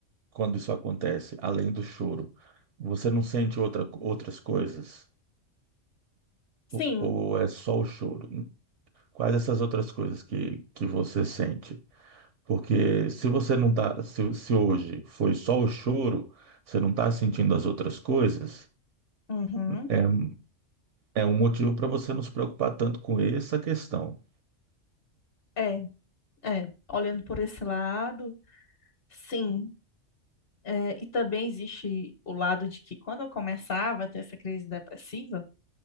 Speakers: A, on the right; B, on the left.
A: quando isso acontece, além do choro, você não sente outra, outras coisas?
B: Sim,
A: Ou, ou é só o choro? Quais essas outras coisas que, que você sente? Porque se você não tá, se, se hoje foi só o choro, você não está sentindo as outras coisas,
B: uhum,
A: é, é um motivo para você não se preocupar tanto com essa questão.
B: é, é, olhando por esse lado, sim. É, e também existe o lado de que quando eu começava a ter essa crise depressiva,